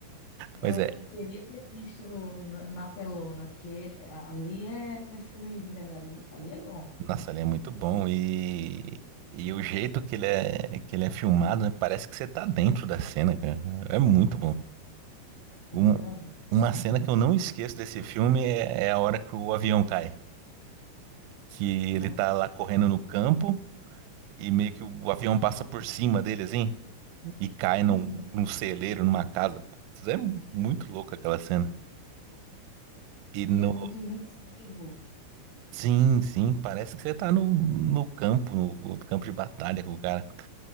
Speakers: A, on the left (about 55°); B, on the right (about 80°).
A: Nossa,
B: Mas é,
A: eu queria ter visto na, na telona, porque ali é é filme de verdade, viu? Ali é bom,
B: nossa, ele é muito bom e, e o jeito que ele é, que ele é filmado, né, parece que você tá dentro da cena, cara. É muito bom.
A: exatamente.
B: Um- uma cena que eu não esqueço desse filme é, é a hora que o avião cai. Que
A: Nossa,
B: ele tá lá correndo no campo e meio que o, avião passa por cima dele, assim, e cai num,
A: uhum.
B: num celeiro, numa casa. Putz, É muito louco aquela cena. E
A: E
B: no,
A: é muito imersivo.
B: Sim, sim, parece que você tá no, no campo, no, no campo de batalha com o cara.